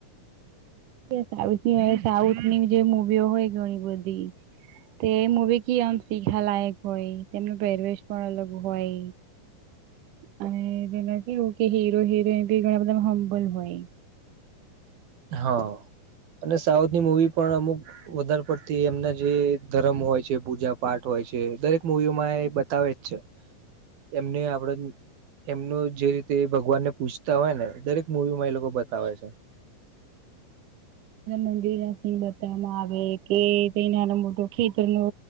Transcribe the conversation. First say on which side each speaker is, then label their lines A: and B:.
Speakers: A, on the right; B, on the right.
A: સાઉથની સાઉથ ની જે મુવીઓ હોય ઘણી બધી તે મુવી ક આમ શીખા લાયક હોય તેમનો પહેરવેશ પણ અલગ હોય અને એના કેવું કે હીરો હિરોઈન બી ઘણા બધા હમ્બલ હોય.
B: હા અને સાઉથની મુવી પણ અમુક વધારે પડતી એમના જે ધરમ હોય છે, પૂજા પાઠ હોય છે, દરેક મુૂવીઓમાં એ બતાવે છે. છા એમને આપડ એમનું જે રીતે ભગવાનને પૂછતા હોય ને દરેક મુૂવી માં એ લોકો બતાવે છે.
A: મંદિર સિંહ બતાવામાં આવે કે તે ના મોટો ખેતર નો